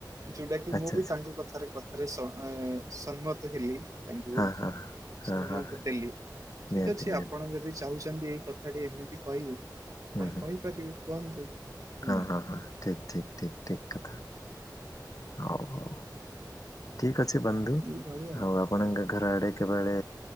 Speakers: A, on the right; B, on the left.
A: ଯୋଉଟା କି
B: ଆଚ୍ଛା
A: ମୁଁ ବି
B: ଆଚ୍ଛା
A: ତାଙ୍କ କଥାରେ କଥାରେ ସମ-ସମ୍ମତ ହେଲି। ତାଙ୍କୁ
B: ହଁ ହଁ। ହଁ
A: ସମ୍ମତି
B: ହଁ ହଁ
A: ଦେଲି, ଠିକ
B: ନିହାତି
A: ଅଛି
B: ନିହାତି
A: ଆପଣ ଯଦି ଚାହୁଁଛନ୍ତି ଏଇ କଥାଟି ଏମିତି କହିଲୁ
B: ହୁଁ
A: କଣ
B: ହୁଁ
A: କହିପାରିବି କୁହନ୍ତୁ? ହୁଁ
B: ହଁ ହଁ ହଁ ଠିକ ଠିକ ଠିକ ଠିକ କଥା। ହଉ ହଉ ଠିକ ଅଛି ବନ୍ଧୁ
A: ଏଇଭଳିଆ
B: ଆଉ ଆପଣଙ୍କ ଘର ଆଡ଼େ କେବେଳେ